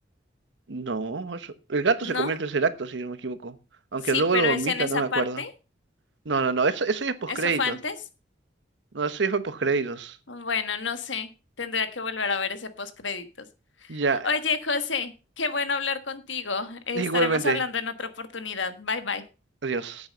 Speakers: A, on the right; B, on the left.
A: no, eso- el gato
B: ¿no?
A: se comió el tercer acto, si no me equivoco. Aunque
B: Sí,
A: luego
B: pero
A: lo vomita,
B: es en esa
A: no me
B: parte.
A: acuerdo. No, no, no, eso, eso ya es postcréditos.
B: ¿Eso fue antes?
A: No, eso ya fue postcréditos.
B: Bueno, no sé. Tendría que volver a ver ese postcréditos.
A: Ya,
B: Oye, José, qué bueno hablar contigo. Estaremos
A: Igualmente,
B: hablando en otra oportunidad. Bye bye.
A: adiós.